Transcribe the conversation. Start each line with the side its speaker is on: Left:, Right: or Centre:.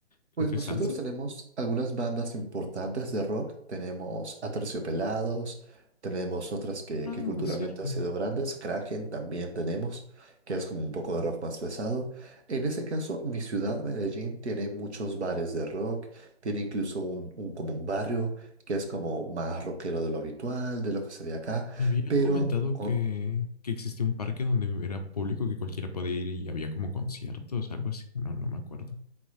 Left: creo
Right: Pues
Left: que
Right: nosotros
Left: salsa.
Right: tenemos algunas bandas importantes de rock. Tenemos Aterciopelados, tenemos otras que,
Left: Ah,
Right: que culturalmente
Left: es cierto.
Right: han sido grandes. Kraken también tenemos, que es como un poco de rock más pesado. En ese caso, mi ciudad, Medellín, tiene muchos bares de rock. Tiene incluso un, un- como un barrio que es como más rockero de lo habitual, de lo que se ve acá.
Left: Me habían
Right: Pero...
Left: comentado
Right: con-
Left: que, que existía un parque donde era público que cualquiera podía ir y había como conciertos, algo así. No, no me acuerdo.